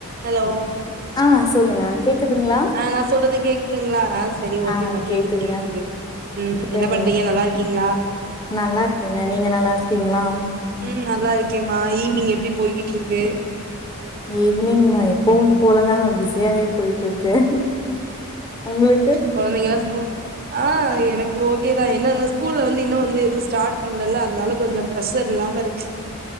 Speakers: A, on the right (about 40°); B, on the left (about 20°).
A: Hello
B: ஆ சொல்லுங்க கேக்குதுங்களா
A: ஆ நா சொல்றது கேக்குதுங்களா சேரி ஓகேமா
B: ஆ கேக்குதுங்க
A: கேக்குது கேக்குது உம்
B: சரிங்க
A: என்ன பண்றீங்க நல்லா இருக்கீங்களா
B: நல்லா இருக்கேங்க நீங்க நல்லா இருக்கீங்களா
A: உம் நல்லா இருக்கேமா ஈவினிங் எப்படி போயகிட்டு இருக்கு
B: ஈவ்னிங் ஆய போகும் போலதாங்க பிஸியாவே போயிட் ட்டு இருக்கு உங்களுக்கு
A: குழந்தைங்கா ஸ்கூல் ஆ எனக் கு ஓகேதான் என்னன்னும் ஸ்கூல்ல வந்து இன்னும் வந்து எதுவும் ஸ்டார்ட் பண்ணல அதனால கொஞ்சம் ப்ரெஷர் இல்லாம இருக்கு